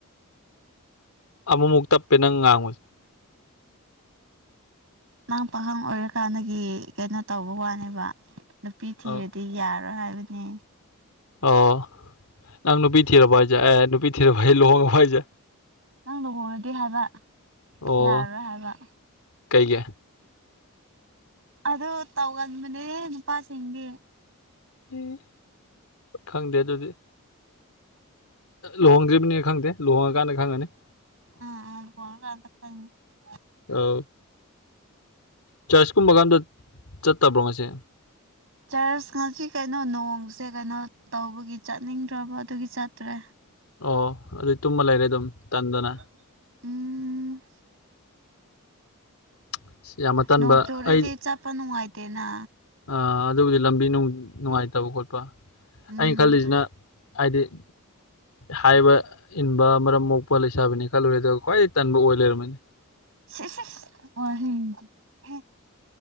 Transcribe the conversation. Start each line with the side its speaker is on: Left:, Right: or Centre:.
Left: ꯑꯃꯨꯃꯨꯛ ꯇꯞꯄꯦ ꯅꯪ ꯉꯥꯡꯕꯥꯁꯦ
Right: ꯅꯪ ꯄꯥꯈꯪ ꯑꯣꯏꯔꯤꯀꯥꯟꯗꯒꯤ ꯀꯩꯅꯣ ꯇꯧꯕ ꯋꯥꯅꯦꯕ ꯅꯨꯄꯤ ꯊꯤꯔꯗꯤ
Left: ꯑꯧ
Right: ꯌꯥꯔꯣꯏ ꯍꯥꯏꯕꯅꯤ
Left: ꯑꯣ ꯅꯪ ꯅꯨꯄꯤ ꯊꯤꯔꯥꯕꯣ ꯍꯥꯏꯁꯦ ꯑꯦ ꯅꯨꯄꯤ ꯊꯤꯔꯥꯕ ꯂꯨꯍꯣꯡꯉꯥꯕꯣ ꯍꯥꯏꯁꯦ
Right: ꯅꯪ ꯂꯨꯍꯣꯡꯉꯥꯗꯤ ꯍꯥꯏꯕ
Left: ꯑꯣ
Right: ꯌꯥꯔꯔꯣꯏ ꯍꯥꯏꯕ
Left: ꯀꯩꯒꯤ
Right: ꯑꯗꯨ ꯇꯧꯒꯟꯕꯥꯅꯦ ꯅꯨꯄꯥꯁꯤꯡꯗꯤ
Left: ꯎꯝ ꯈꯪꯗꯦ ꯑꯗꯨꯗꯤ ꯂꯨꯍꯣꯡꯗ꯭ꯔꯤꯕꯅꯤꯅ ꯈꯪꯗꯦ ꯂꯨꯍꯣꯡꯉ ꯀꯥꯟꯗ ꯈꯪꯉꯅꯤ
Right: ꯑ ꯑ ꯐꯗ ꯐꯅꯤ <unintelligible>
Left: ꯑꯧ ꯆꯥꯔꯖ ꯀꯨꯝꯕꯒ ꯑꯃꯗ ꯆꯠꯇꯕ꯭ꯔꯣ ꯉꯁꯤ
Right: ꯆꯥ꯭ꯔꯆ ꯉꯁꯤ ꯀꯩꯅꯣ ꯅꯣꯡꯁꯦ ꯀꯩꯅꯣ ꯇꯧꯕꯒꯤ ꯆꯠꯅꯤꯡꯗ꯭ꯔꯕ ꯑꯗꯨꯒꯤ ꯆꯠꯇ꯭ꯔꯦ
Left: ꯑꯣ ꯑꯗꯨ ꯇꯨꯝꯕ ꯂꯩꯔꯦ ꯑꯗꯨꯝ ꯇꯟꯗꯅ
Right: ꯍ <unintelligible> ꯎꯝ
Left: ꯑꯁ ꯌꯥꯝꯅ ꯇꯟꯕ
Right: ꯅꯣꯡ ꯆꯨꯔꯗꯤ
Left: ꯑꯩ
Right: ꯆꯠꯄ ꯅꯨꯡꯉꯥꯏꯇꯦꯅ
Left: ꯑꯥ ꯑꯗꯨꯕꯨꯗꯤ ꯂꯝꯕꯤꯅꯨꯡ ꯅꯨꯡꯉꯥꯏꯇꯕ ꯈꯣꯠꯄ
Right: ꯎꯝ
Left: ꯑꯩꯅ ꯈꯜꯂꯤꯁꯤꯅ ꯍꯥꯏꯗꯤ <inaudible> ꯍꯥꯏꯕ ꯏꯟꯕ ꯃꯔꯝ ꯃꯣꯛꯄ ꯂꯩꯁꯥꯕꯤꯅꯤ ꯈꯜꯂꯨꯔꯦ ꯑꯗꯨꯒ ꯈ꯭ꯋꯥꯏꯗꯩ ꯇꯟꯕ ꯑꯣꯏ ꯂꯩꯔꯝꯃꯦꯅꯦ
Right: ꯁꯤ ꯁꯤꯁ ꯋꯥꯍꯩꯗꯤ ꯍꯦ